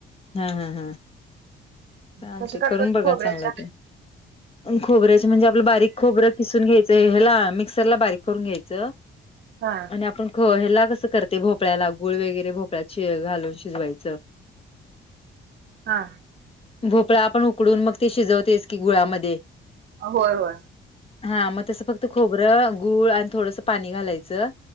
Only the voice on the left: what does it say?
हा हा हा चाल
ते
करून बघा
चांगलं तर खोबऱ्याचे म्हणजे आपलं बारीक खोरं किसून घ्यायचं ह्याला मिक्सर ला बारीक करून घ्यायचं.
आणि आपण हो ह्याला कसं करते भोपळ्याला गुळ वगैरे भोपळ्यात शि घालून शिजवायचं.
भोपळा आपण उकडून मग ते शिजवतेस की गुळामध्ये
हा मग तसं फक्त खोबरं गुळ आणि थोडंस पाणी घालायचं